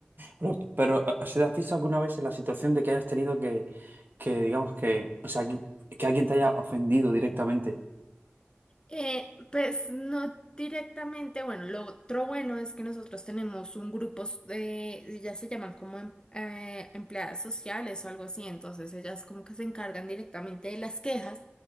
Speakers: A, on the right (about 50°); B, on the left (about 20°).
A: Pero, pero, o sea, ¿te has visto alguna vez en la situación de que hayas tenido que, que digamos que, o sea, que, que alguien te haya ofendido directamente?
B: Eh, pues no directamente, bueno, lo otro bueno es que nosotros tenemos un grupo de, ya se llaman como em- eh, empleadas sociales o algo así, entonces ellas como que se encargan directamente de las quejas,